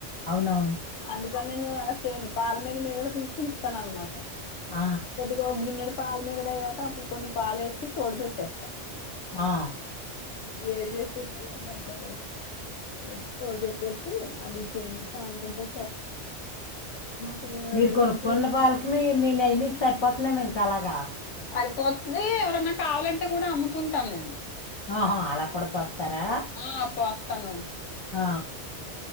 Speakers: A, on the left; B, on the left.
A: అవునవును
B: అందుక నేను అలా సేయను పాలమేద మీగడ తీస్ ఉస్తాననమాట
A: ఆ
B: గో గిన్నెడు పాలు మీగడయ్యాక అక్కుడ్ కొన్ని పాలేసి తోడు పెట్టేస్తా
A: మా
B: కొద్ వేడ్ జేసేసి దాంట్లో యేష్ తోడు బెట్టేసి అది చిన్ సాయంత్రంతో <unintelligible>
A: మీరు
B: ఎప్పటికప్పుడు
A: కొన్ కొన్న
B: ఇంత
A: పాళ్కి మీ మీ నెయ్ మీక్ సరిపోతున్నామో ఇంకా అలాగా
B: సరిపోత్తుది ఎవరన్నా కావాలంటే కూడా అమ్ముతుంటానేన్
A: ఆహొ అలా కూడా పోత్తారా
B: ఆ ప్పోస్తాను
A: ఆ